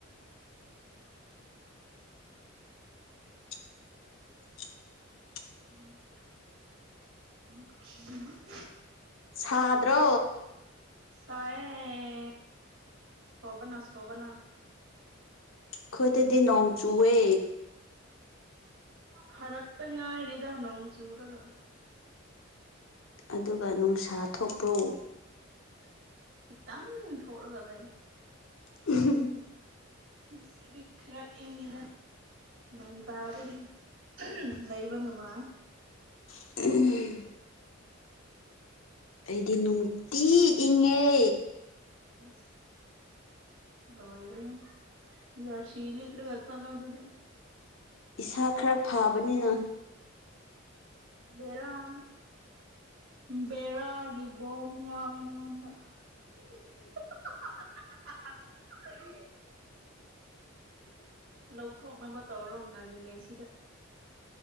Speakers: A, on the left; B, on the right.
A: <unintelligible>
B: <unintelligible>
A: ꯁꯥꯗ꯭ꯔꯣ꯫
B: ꯁꯥꯑꯦ ꯁꯣꯕꯅ-ꯁꯣꯕꯅ꯫
A: ꯈꯣꯏꯗꯗꯤ ꯅꯣꯡ ꯆꯨꯋꯦ꯫
B: ꯐꯔꯛꯇ ꯉꯥꯏꯔꯤꯗ ꯅꯣꯡ ꯆꯨꯔꯒ꯫
A: ꯑꯗꯨꯒ ꯅꯨꯡꯁꯥ ꯊꯣꯛꯄ꯭ꯔꯣ꯫
B: <inaudible> ꯈꯤꯇꯪ ꯊꯣꯛꯔꯒ ꯂꯩ꯫
A: <unintelligible>
B: ꯉꯁꯤꯗꯤ ꯈꯔ ꯏꯪꯉꯤꯗ꯫ ꯅꯣꯡ ꯇꯥꯕꯗꯤ <unintelligible> ꯂꯩꯕ ꯅꯨꯡꯉꯥꯏ꯫
A: <unintelligible> ꯑꯩꯗꯤ ꯅꯨꯡꯇꯤ ꯏꯪꯉꯦ꯫
B: ꯑꯩꯁ꯫ ꯂꯣꯏꯔꯦꯍꯦ ꯖꯔꯁꯤ ꯂꯤꯠꯂꯒ ꯆꯠꯂꯣ ꯑꯗꯨꯗꯤ꯫
A: ꯏꯁꯥ ꯈꯔ ꯐꯥꯕꯅꯤꯅ꯫
B: ꯕꯦꯔꯥꯅꯦꯍꯦ꯫ ꯕꯦꯔꯥꯒꯤ ꯕꯣꯝꯕ ꯌꯥꯎꯔꯦ ꯅꯪꯉꯣꯟꯗ <unintelligible> <unintelligible> ꯂꯧꯊꯣꯛꯅꯕ ꯇꯧꯔꯣ ꯉꯜꯂꯤꯉꯩꯁꯤꯗ꯫